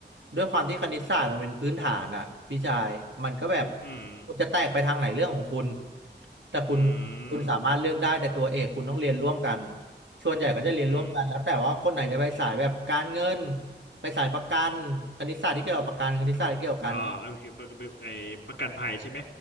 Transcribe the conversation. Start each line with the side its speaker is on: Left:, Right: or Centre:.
Right: ด้วยความที่คณิตศาสตร์มันเป็นพื้นฐานอ่ะพี่ชายมันก็แบบ
Left: อืม
Right: คุณจะแตกไปทางไหนเรื่องของคุณแต่คุณ
Left: อื
Right: คุณสามารถเลือกได้แต่ตัวเอกคุณต้องเรียนร่วมกัน
Left: ม
Right: ส่วนใหญ่ก็จะเรียนร่วมกันแล้วแต่ว่าคนไหนจะไปสายแบบการเงิน
Left: อืม
Right: ไปสายประกันคณิตศาสตร์ที่เกี่ยวกับประกันคณิตศาสตร์ที่เกี่ยวกัน
Left: อ๋อเอาไอ้ประกันภัยใช่ไหม